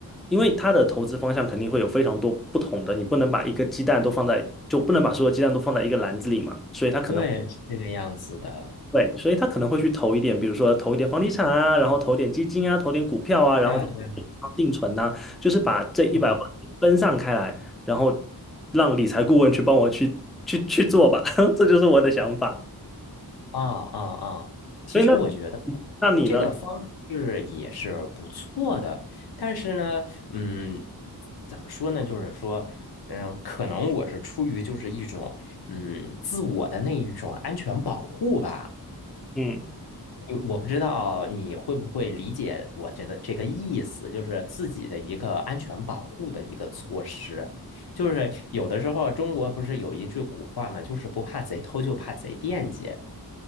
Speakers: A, in the centre; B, on the left.
A: 因为他的投资方向肯定会有非常多不同的，你不能把一个鸡蛋都放在，就不能把所有鸡蛋都放在一个篮子里嘛，所以他可能
B: 对，是这个样子的。
A: 会，所以他可能会去投一点，比如说投一点房地产啊，然后投点基金啊，投点股票啊，然后就
B: 对啊，对啊，
A: 定存呐、就是把这一百万分散开来，
B: 对
A: 然后让理财顾问去帮我去去去做吧，<laughs> 这就是我的想法。
B: 啊啊啊！其实我觉得
A: 所以那那你呢？
B: 这个方式也是不错的，但是呢，嗯，怎么说呢？就是说，嗯，可能我是出于就是一种嗯自我的那一种安全保护吧。
A: 嗯。
B: 因为我不知道你会不会理解我觉得这个意思，就是自己的一个安全保护的一个措施。就是有的时候中国不是有一句古话嘛，就是不怕贼偷，就怕贼惦记。